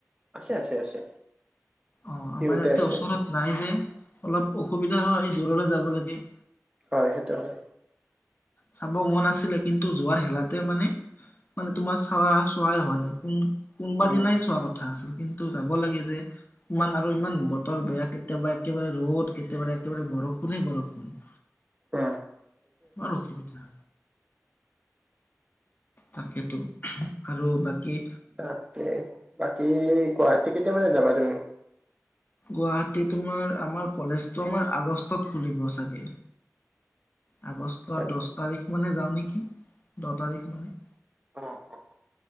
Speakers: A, on the right (about 20°); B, on the left (about 35°).
A: আছে আছে আছে
B: অঁ, আমাৰ
A: ইহঁতে
B: ইয়াতে
A: আছে
B: ওচৰত নাই যে অলপ অসুবিধা হয় দূৰলৈ যাব লাগে।
A: হয় সেইটো হয়
B: চাব মন আছিলে কিন্তু যোৱাৰ এলাহতে মানে মানে তোমাৰ চৱা চোৱাই হোৱা নাই কোন কোনোবা
A: উম
B: দিনাই চোৱা কথা আছ কিন্তু যাব লাগে যে ইমান আৰু ইমান বতৰ বেয়া, কেতিয়াবা একেবাৰে ৰ'দ, কেতিয়াবাৰে একেবাৰে বৰষুণেই বৰষুণ।
A: তে
B: বৰ অসুবিধা। তাকেতো আৰু বাকী?
A: তাকে, বাকী কোৱা তে কেতিয়া মানে যাবা তুমি?
B: গুৱাহাটী তোমাৰ আমাৰ কলেজ তমাৰ আমাৰ আগষ্টত খুলিব চাগে। আগষ্টৰ
A: অ
B: দছ তাৰিখ মানে যাওঁ নেকি দহ তাৰিখ মানে।
A: অঁ অঁ